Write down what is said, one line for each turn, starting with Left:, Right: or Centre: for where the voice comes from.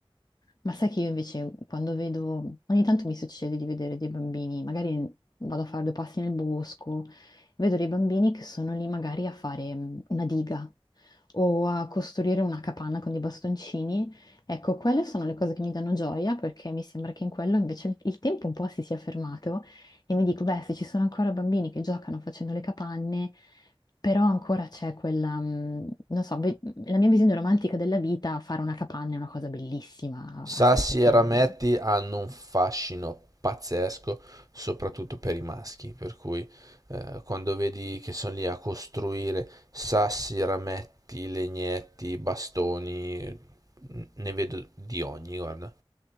Left: Ma sai che io invece quando vedo, ogni tanto mi succede di vedere dei bambini, magari vado a fare due passi nel bosco, vedo dei bambini che sono lì magari a fare mm, una diga o a costruire una capanna con dei bastoncini. Ecco, quelle sono le cose che mi danno gioia perché mi sembra che in quello invece il il tempo un po' si sia fermato e mi dico, beh, se ci sono ancora bambini che giocano facendo le capanne. Però ancora c'è quella, mm, non so, ve- la mia visione romantica della vita, fare una capanna è una cosa bellissima
Right: Sassi
Left: a 6-7
Right: e rametti
Left: anni.
Right: hanno un fascino pazzesco, soprattutto per i maschi, per cui eh, quando vedi che sono lì a costruire sassi, rametti, legnetti, bastoni, n- ne vedo di ogni, guarda.